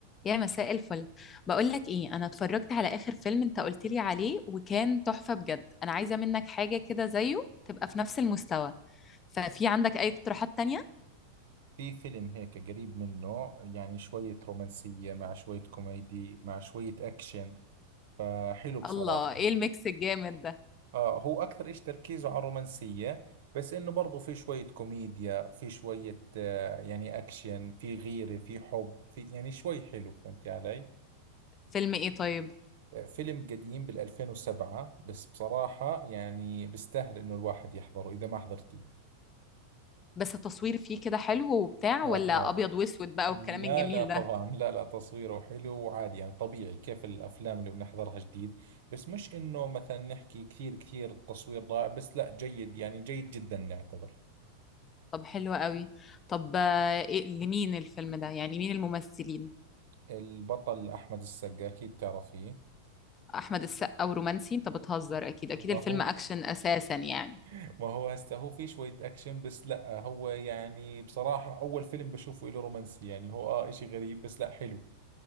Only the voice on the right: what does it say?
في فيلم هيك قريب منه يعني شوية رومانسية مع شوية كوميدي مع شوية أكشن فحلو بصراحة
يعني.
آه هو أكثر إيش تركيزه على الرومانسية بس إنه برضو في شوية كوميديا في شوية آه يعني أكشن في غيرة في حب في يعني شوي حلو فهمتي علي
آه، فيلم قديم بال2007 بس بصراحة يعني بيستاهل إنه الواحد يحضره إذا ما حضرتيه
آه
لا
لا طبعا
لا لا تصويره حلو وعادي يعني طبيعي كيف الافلام اللي بنحضرها جديد بس مش انه مثلا نحكي كثير كثير التصوير رائع بس لا جيد يعني جيد جدا نعتبر
البطل احمد السقا اكيد تعرفيه
ما
هو
ما هو هسه هو في شوية اكشن بس لا هو يعني بصراحة اول فيلم بشوفه له رومانسي يعني هو اه اشي غريب بس لا حلو